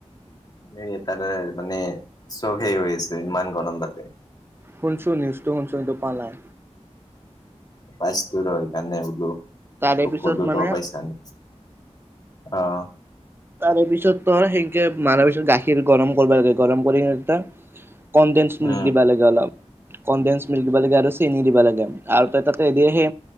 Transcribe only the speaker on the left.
এই তাৰে মানে চখেই হৈছে ইমান গৰম তাতে।
পাইচ তু এইকাৰণে বোলো ত
খোদো
ত পইচা ন অঁ।
উম